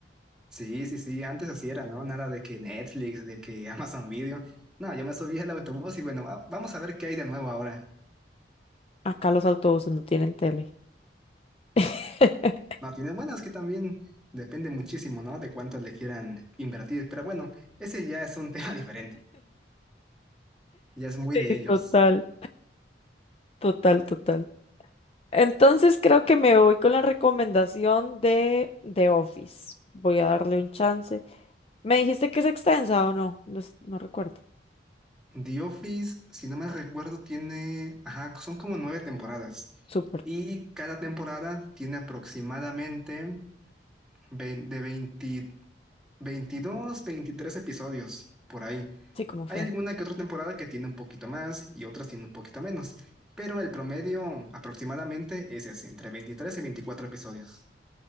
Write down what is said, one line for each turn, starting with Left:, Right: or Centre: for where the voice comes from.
Centre: Sí, sí, sí, antes así era, ¿no? Nada de que Netflix, de que <laughs> Amazon Video. No, yo me subí al autobús y bueno, va- vamos a ver qué hay de nuevo ahora.
Left: Acá los autobuses no tienen tele. <laughs>
Centre: No, tienen, bueno, es que también depende muchísimo, ¿no? De cuánto le quieran invertir. Pero bueno, ese ya es un <laughs> tema diferente, ya es muy
Left: Sí,
Centre: de ellos.
Left: total, total, total. Entonces creo que me voy con la recomendación de The Office. Voy a darle un chance. ¿Me dijiste que es extensa o no? No, es- no recuerdo.
Centre: The Office, si no me recuerdo, tiene, ajá, son como nueve temporadas.
Left: Súper,
Centre: Y cada temporada tiene aproximadamente vein- de 20 22, 23 episodios por ahí.
Left: sí, como Friend.
Centre: Hay alguna que otra temporada que tiene un poquito más y otras tiene un poquito menos, pero el promedio aproximadamente es ese, entre 23 y 24 episodios.